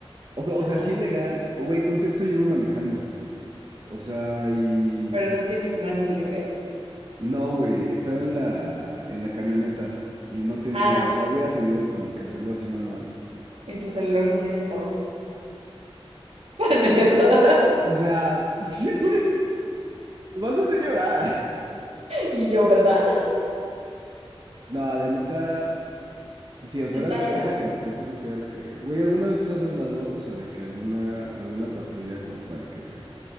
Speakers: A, on the right (about 45°); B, on the right (about 70°).
A: O, o
B: Ajá.
A: sea, sí legal. Güey, contexto yo iba manejando. O sea, y...
B: Pero no tienes manos libres.
A: No, güey, estaba en la, en la camioneta y no tenía...
B: Ah,
A: O sea, hubiera tenido como que hacerlo así manual.
B: y tu celular no tiene altavoz. <laughs> No es cierto. <laughs>
A: O sea, <laughs> me vas a hacer llorar.
B: Y yo, ¿verdad?
A: No, la neta... Sí, o sea,
B: Está
A: ahorita,
B: legal.
A: ahorita que lo pienso, creo que ya la cagué. Güey, ¿alguna vez tú le has hablado? O sea, de que alguna, alguna patrulla como para que...